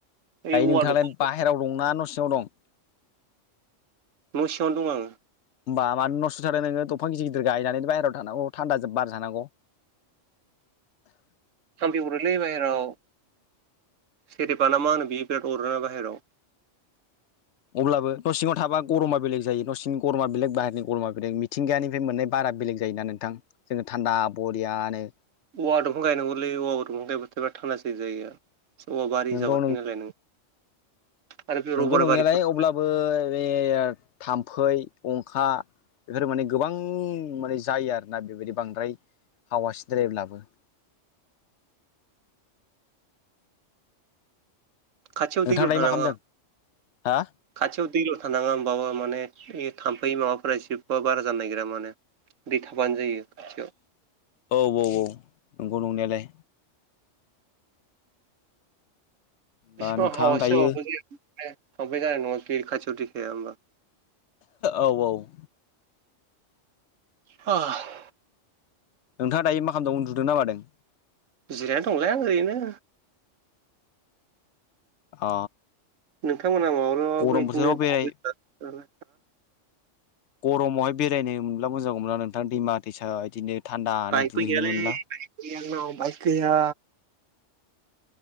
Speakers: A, on the right; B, on the left.
A: ओइ
B: दायो
A: औवा
B: नोंथाङालाय
A: दंफां
B: बाह बाहेरायाव दं न' सिङाव दं
A: न' सिावनो दं आङो
B: होमबा मानो नसिंङाव थादों नों दंफां गिदर गदिर गायनानै बाहेरायाव थानांगौ थान्दा बार जानांगौ
A: थामफै अरोलै बाहेरायाव सेरेबा ना मा होनो बियो बिराद अरोना बाहेरायाव
B: अब्लाबो न' सिङाव थाबा गरमा बेलेग जायो न' सिंनि गरमा बेलेग बाहेरनि गरमा बेलेग मिथिंगानिफ्राय मोननाय बारा बेलेग जायोना नोंथां जोङो थान्दा बरियानो
A: औवा दंफां गायनांगौलै औवा दंफां गायबाथायबा थान्दासिन जायो ओवा बारि
B: नोंगौ
A: जाबाथाइ नालाय नों आरो बे
B: नंगौ
A: रबार
B: नंनायालाय
A: बारिफोर
B: अब्लाबो बे थाम्फै अंखा बेफोर माने गोबां माने जायो आरोना बेबायदि बांद्राय हावासिद्रायब्लाबो
A: खाथियाव
B: नोंथाङा
A: दैल'
B: दायो
A: थानाङा
B: मा खालामदों हा
A: खाथियाव दैल' थानाङा होमबाबा माने ओइ थाम्फै माबाफोरा एसेबां बारा जानो नागिरा माने दैथाबानो जायो खाथियाव
B: औ औ औ नंगौ नंनायालाय होमबा
A: एसिबां
B: नोंथां
A: हावासियावबो
B: दायो
A: <unintelligible> जानाय नङा <unintelligible> खाथियाव दै थायामोनबा
B: औ औ
A: <unintelligible>
B: नोंथाङा दायो मा खालामदों उन्दुदोंना मादों
A: जिरायना दंलै आं ओरैनो
B: अ
A: नोंथांमोना माब्लाबाबो
B: गरम
A: बिदिनो
B: बोथोराव
A: दाव
B: बेराय
A: बेदर <unintelligible>
B: गरमावहाय बेरायनो मोनब्ला मोजां जागौमोन ना नोंथां दैमा दैसा बिदिनो थान्दानो
A: बाइकबो
B: दुगैहैनो
A: गैयालै
B: मोनब्ला
A: <unintelligible> आंनाव बाइक गैया